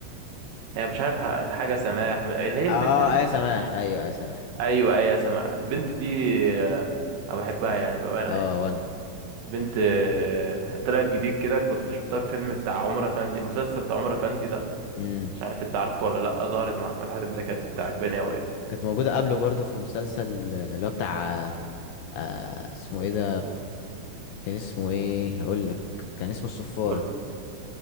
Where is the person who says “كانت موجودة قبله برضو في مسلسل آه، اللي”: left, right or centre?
Left